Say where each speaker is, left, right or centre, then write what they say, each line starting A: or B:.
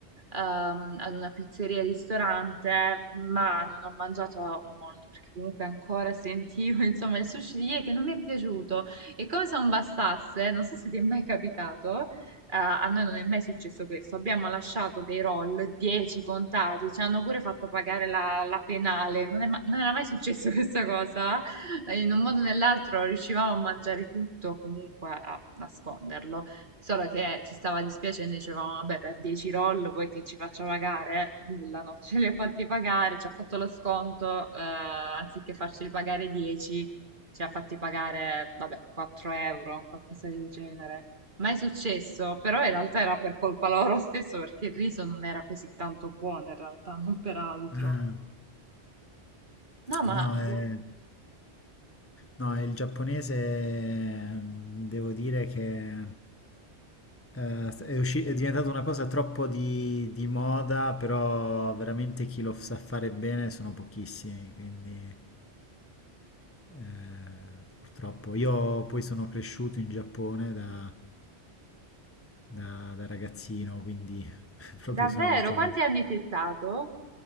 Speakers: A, on the right; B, on the left.
A: ehm, ad una pizzeria e ristorante, ma non ho mangiato molto perché comunque ancora sentivo, <laughs> insomma, il sushi di ieri che non mi è piaciuto. E come se non bastasse, non so se ti è mai capitato, eh, a noi non è mai successo questo. Abbiamo lasciato dei roll, 10 contati, ci hanno pure fatto pagare la, la penale. Non è ma- non era mai successo <laughs> questa cosa. Eh, In un modo o nell'altro riuscivamo a mangiare tutto, comunque a nasconderlo. Solo che ci stava dispiacendo, dicevamo, vabbè, per 10 roll vuoi che ci faccia pagare? Nulla, no, ce li ha fatti pagare, ci ha fatto lo sconto, eh, anziché farceli pagare 10, ci ha fatti pagare, vabbè, 4 euro, qualcosa del genere. Mai successo, però in realtà era per colpa loro stesso perché il riso non era così tanto buono, in realtà, non per altro.
B: Ah.
A: No, ma
B: No,
A: boh,
B: è... No, il giapponese mm, devo dire che eh, è, usci- è diventata una cosa troppo di, di moda, però veramente chi lo sa fare bene sono pochissimi, quindi eh, purtroppo. Io poi sono cresciuto in Giappone da, da- da ragazzino, quindi <laughs> proprio
A: davvero,
B: sono, c'ho-
A: quanti anni sei stato?